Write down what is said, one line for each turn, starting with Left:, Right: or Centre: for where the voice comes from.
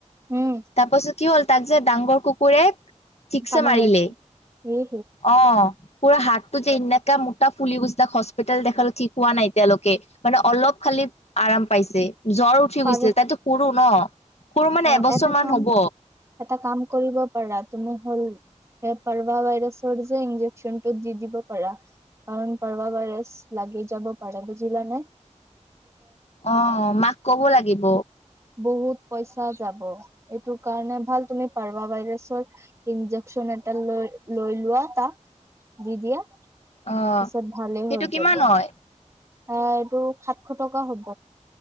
Right: উম
Left: তাপাছত। কি হ'ল? তাক যে ডাঙৰ কুকুৰে। ঠিকছে
Right: কামোৰ
Left: মাৰিলে,
Right: মাৰিছে এই
Left: অ। পুৰা হাতটো যে এনকা। টা ফুলি গুচি তাক হস্পিতেল দেখালো, ঠিক হোৱা নাই তেওঁলোকে মানে অলপ খালি আৰাম পাইছে। জ্বৰ উঠি
Right: পাৰ
Left: গৈছিলে তাইতো সুৰো ন', <unintelligible>
Right: অ,
Left: এবছৰ
Right: এটা
Left: মান
Right: কাম,
Left: হ'ব
Right: এটা কাম কৰিব, পাৰা তুমি হল হে পাৰবা ভাইৰাছৰ যে ইনজেকচন টো দি দিব পাৰা কাৰণ পাৰবা ভাইৰাছ লাগি যাব পাৰে বুজিলা নে?
Left: অ', মাক কব লাগিব।
Right: বহুত, পইচা যাব এইটো কাৰণে ভাল তুমি, পাৰবা ভাইৰাছৰ ইন্জেকচন এটা লৈ -লৈ লোৱা তাক, দি - দিয়া
Left: অ',
Right: পিছত ভালে
Left: সেইটো
Right: হৈ
Left: কিমান
Right: যাব
Left: হয়।
Right: আহ ', এইটো সাতশ টকা হ'ব।